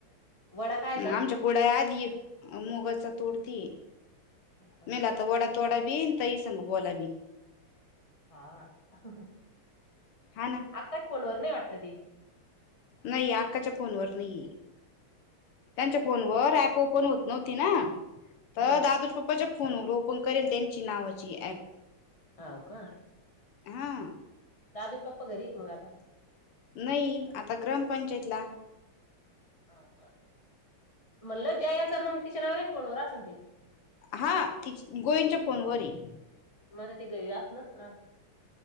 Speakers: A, on the left; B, on the left.
A: वडा कायचा
B: आमच्या खुड्या आधी मोगाचा तोडती
A: हाव का
B: मेला आता वडा तोडा बी अन् ताई संग बोला बी
A: हा हहह
B: हा ना
A: आकाच फोनवर नाही वाटत ती
B: नाही अक्काच्या फोनवर नाही त्यांच्या फोनवर ऍप ओपन होत नव्हती ना तर
A: अ
B: दादूज पप्पाच्या फोनवर ओपन करेल त्यांची नावाची ऍप
A: हव का
B: हा
A: दादूचे पप्पा घरी येत मग आता
B: नाही आता ग्रामपंचायतला
A: हो का म्हणलं जयाचा मग तिच्या नवरे च्या फोनवर असं ते
B: हा ति गोविंद च्या फोनवरही
A: मला ते गरी असच <inaudible>